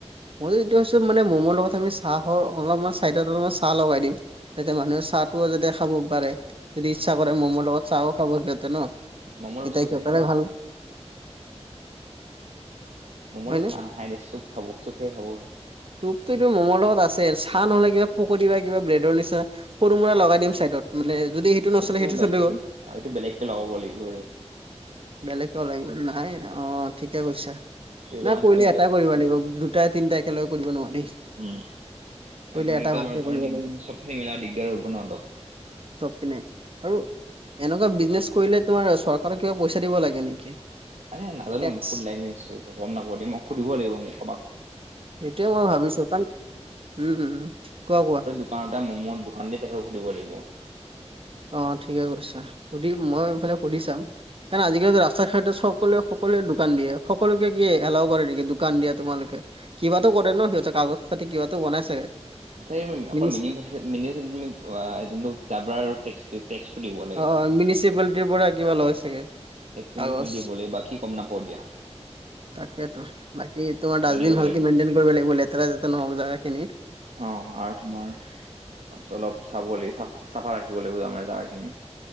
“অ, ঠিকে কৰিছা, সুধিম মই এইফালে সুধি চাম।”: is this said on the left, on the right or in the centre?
Right